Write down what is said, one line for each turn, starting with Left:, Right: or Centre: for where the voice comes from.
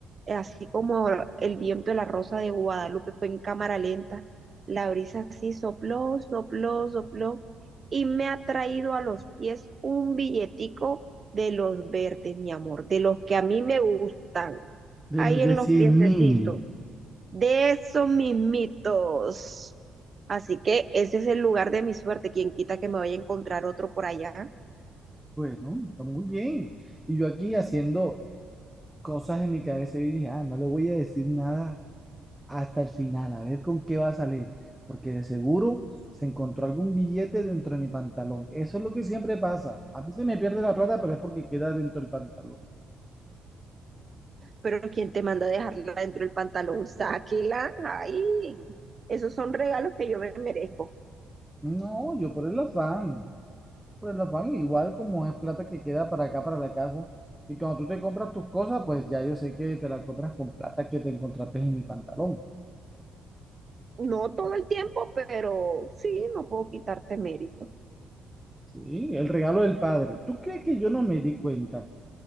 Right: eh, así como el viento de la Rosa de Guadalupe fue en cámara lenta, la brisa así sopló, sopló, sopló y me ha traído a los pies un billetico de los verdes, mi amor, de los que a mí me gustan,
Centre: de
Right: ahí
Centre: los de
Right: en los
Centre: cien
Right: piececitos,
Centre: mil.
Right: de esos mismitos. Así que ese es el lugar de mi suerte. Quien quita que me vaya a encontrar otro por allá.
Centre: Bueno, está muy bien. Y yo aquí haciendo cosas en mi cabeza y dije, ah, no le voy a decir nada hasta el final, a ver con qué va a salir, porque de seguro se encontró algún billete dentro de mi pantalón. Eso es lo que siempre pasa. A mí se me pierde la plata, pero es porque queda dentro del pantalón.
Right: Pero ¿quién te manda a dejarla dentro del pantalón? Sáquela. Ay, esos son regalos que yo me merezco.
Centre: No, yo por el afán. Por el afán, igual como es plata que queda para acá, para la casa. Y cuando tú te compras tus cosas, pues ya yo sé que te la compras con plata que te encontraste en mi pantalón.
Right: No todo el tiempo, pero sí, no puedo quitarte mérito.
Centre: Sí, el regalo del padre. ¿Tú crees que yo no me di cuenta?